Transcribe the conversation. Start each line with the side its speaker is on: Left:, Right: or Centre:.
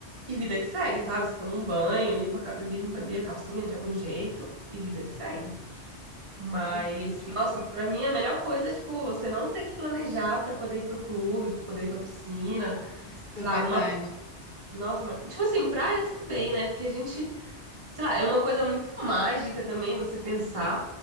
Right: e vida que segue, sabe? Você toma um banho, limpa, a ca- limpa ali a calcinha de algum jeito e vida que segue. Mas,
Left: entende.
Right: nossa, pra mim a melhor coisa é, tipo, você não ter que planejar pra poder ir pro clube, poder ir pra piscina,
Left: Nossa,
Right: sei
Left: é verdade.
Right: lá, uma. Nossa, mas- tipo assim, praia tudo bem, né? Porque a gente, sei lá, é uma coisa muito mágica também você pensar